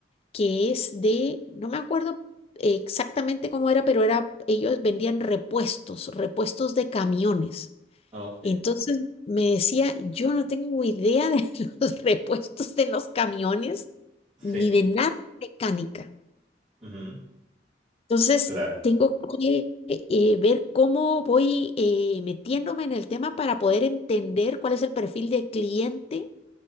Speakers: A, on the left; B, on the right.
A: que es de, no me acuerdo exactamente cómo era, pero era, ellos vendían repuestos, repuestos de camiones.
B: Ok,
A: Entonces me decía, yo no tengo idea de <laughs> los repuestos de los camiones
B: sí,
A: ni de nada de mecánica.
B: Ujú.
A: Entonces
B: Claro,
A: tengo que eh, ver cómo voy eh, metiéndome en el tema para poder entender cuál es el perfil de cliente